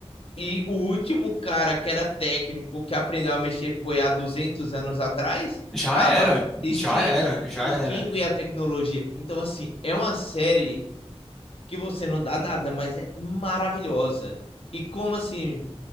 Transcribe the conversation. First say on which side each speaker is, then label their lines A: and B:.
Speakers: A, on the left; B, in the centre.
A: e o último cara que era técnico, que aprendeu a mexer foi há 200 anos atrás,
B: Já
A: acaba,
B: era,
A: extin
B: já era, já
A: extingue
B: era.
A: a tecnologia. Então, assim, é uma série que você não dá nada, mas é maravilhosa. E como assim,